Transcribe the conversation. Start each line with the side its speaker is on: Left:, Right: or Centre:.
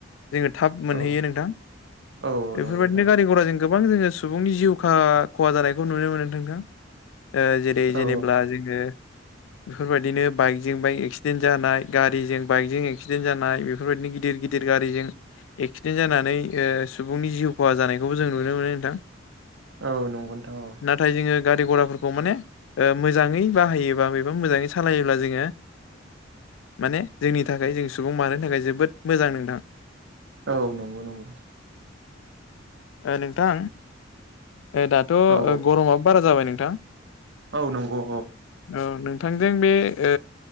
Left: जोङो थाब मोनहैयो
Right: औ
Left: नोंथां
Right: औ
Left: बेफोरबायदिनो
Right: नंगौ नोंथां
Left: गारि घरा जों गो गोबां जोङो सुबुंनि जिउ खा खहा जानायखौ नुनो मोनो न नोंथां जेरै जेनेब्ला
Right: औ
Left: जोङो बेफोरबायदिनो बाइकजों बाइक एक्सिडेन्ट जानाय गारिजों बाइकजों ए एक्सिडेन्ट जानाय बेफोरबायदिनो गिदिर गिदिर गारिजों एक्सिडेन्ट जानानै सुबुंनि जिउ खहा जानाय। बेखौबो जों नुनो मोनो नोंथां
Right: औ नंगौ नोंथां' औ
Left: नाथाय जोङो गारि घराफोरखौ माने मोजाङै बाहायोबा बेबा मोजाङै सालायोब्ला जोङो माने जोंनि थाखाय जों सुबुं मानोानो थाखाय जोबोद मोजां नोंथां।
Right: औ नंगौ नंगौ
Left: नोंथां दाथ'
Right: औ
Left: गरमआो बारा जाबाय नोंथां
Right: औ नंगौ।
Left: नोंथांजों बे ओ